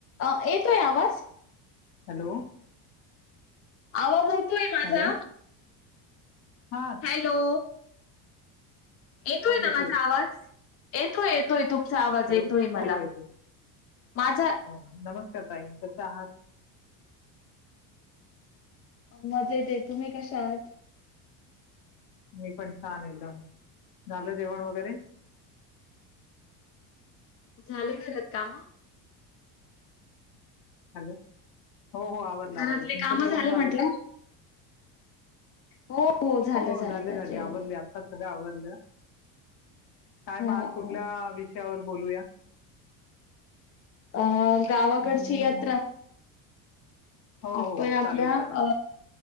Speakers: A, on the left (about 30°); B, on the left (about 50°).
A: अ तोय आवज
B: हॅलो.
A: आवाज. येतोय माझा?
B: हॅलो. हा
A: हॅलो. एेतोय
B: आवाज
A: ना
B: येतोय
A: माझा आवाज येतोय येतोय. तुमचा आवाज
B: हॅलो
A: येतोय
B: हो
A: मला
B: येतो येतो
A: माझा
B: हो नमस्कार ताई कसे आहात
A: मज येत तुम्ही कशा आहात.
B: म पण छान एकदम झालं जेवण वगैरे
A: झाले घरात काम
B: हॅलो हो हो आवडलं
A: घरातले
B: आवडलं तुमचं
A: काम
B: जेवण
A: झाले
B: झालंतग.
A: म्हंटलं? हो. झालं
B: हो
A: झालं
B: झाले झाली
A: जेवण.
B: आवरली आत्ता सगळं आवर. काय
A: हा
B: म आज
A: हा
B: कुठल्या
A: हा
B: विषयावर बोलूया
A: अं गावाकडची
B: हम्म,
A: यात्रा
B: हो
A: आपण
B: हो हो
A: आपल्या
B: चालेल चालेल
A: अ